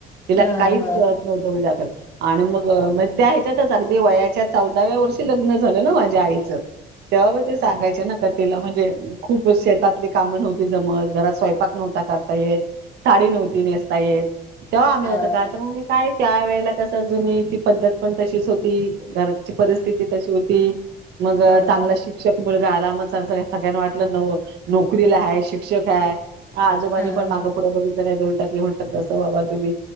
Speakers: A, on the right (about 75°); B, on the left (about 15°).
A: तिला
B: हां,
A: काहीच
B: हां.
A: कळत नव्हतं म्हणजे आता आणि मग म त्या ह्याच्यातच अगदी वयाच्या चौदाव्या वर्षी लग्न झालं ना माझ्या आईच तेव्हा ते सांगायचे ना का तेला म्हणजे खूप शेतातले कामण होते जमत घरात स्वयंपाक नव्हता करता येतं साडी
B: हां.
A: नव्हती नेसता येतं. तेव्हाआ मिळत
B: हां,
A: होतं आता तर म्हणे काय? त्या वेळेला कसं जुनी ती पद्धत पण तशीच होती. घरची परिस्थिती
B: हां.
A: तशी होती. ती. मग अ
B: हो
A: चांगला
B: ना.
A: शिक्षक मुल <unintelligible> मग सग सग सगळ्यांना वाटलं नो नोकरीला हाये शिक्ष क्षक हाय. आजोबांनी
B: हां,
A: पण मागें
B: हां.
A: पुढं बघितलं नाही देऊन मी म्हटल कंस वा बा तुम्ही